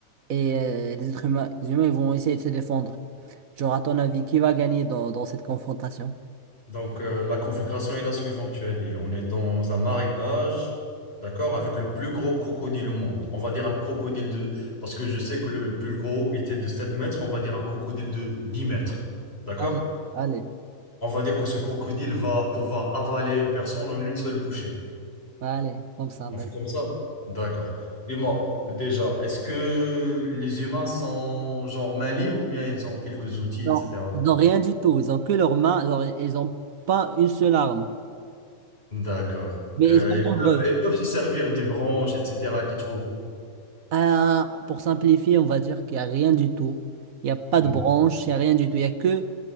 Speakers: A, on the right (about 70°); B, on the left (about 40°).
A: et euh, les êtres humains, les humains, ils vont essayer de se défendre. Genre, à ton avis, qui va gagner dans, dans cette confrontation?
B: Donc euh, la configuration est la suivante, tu as dit. On est dans un marécage, d'accord, avec le plus gros crocodile au monde. On va dire un crocodile de... Parce que je sais que le plus gros était de 7 mètres, on va dire un crocodile de 10 mètres. D'accord?
A: Allez, allez,
B: On va dire que ce crocodile va pouvoir avaler une personne en une seule bouchée.
A: allez, comme ça,
B: On
A: vas-y.
B: fait comme ça? D'accord. Dis-moi, déjà, est-ce que les humains sont genre main libre ou bien ils ont quelques outils,
A: Non.
B: etc.
A: Ils n'ont rien du tout, ils ont que leurs mains, genre, ils n'ont pas une seule arme,
B: D'accord.
A: mais
B: Euh,
A: ils sont
B: ils
A: nombreux.
B: peuvent, ils peuvent se servir des branches, etc. qu'ils trouvent.
A: un- pour simplifier, on va dire qu'il n'y a rien du tout. Il n'y a pas
B: Mhm.
A: de branche, il n'y a rien du tout. Il n'y a que,